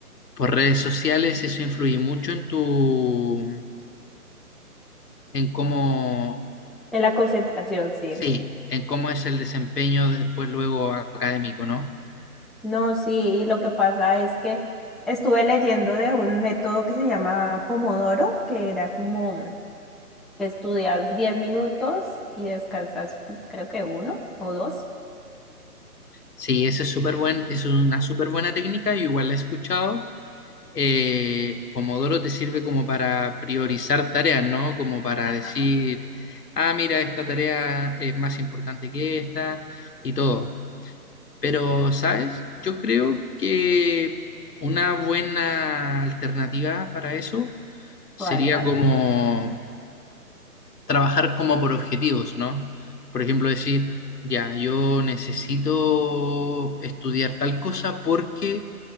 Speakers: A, on the left (about 80°); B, in the centre.
A: por redes sociales, eso influye mucho en tu, en cómo,
B: En la concentración, sí.
A: sí, en cómo es el desempeño después luego académico, ¿no?
B: No, sí, y lo que pasa es que estuve leyendo de un método que se llama Pomodoro, que era como que estudias 10 minutos y descansas creo que uno o dos.
A: Sí, ese es súper buen, es una súper buena técnica, yo igual la he escuchado. Eh, Pomodoro te sirve como para priorizar tareas, ¿no? Como para
B: Ajá.
A: decir, ah, mira, esta tarea es más importante que esta y todo. Pero, ¿sabes? Yo creo que una buena alternativa para eso sería
B: ¿Cuál, cuál?
A: como trabajar como por objetivos, ¿no? Por ejemplo, decir, ya, yo necesito estudiar tal cosa porque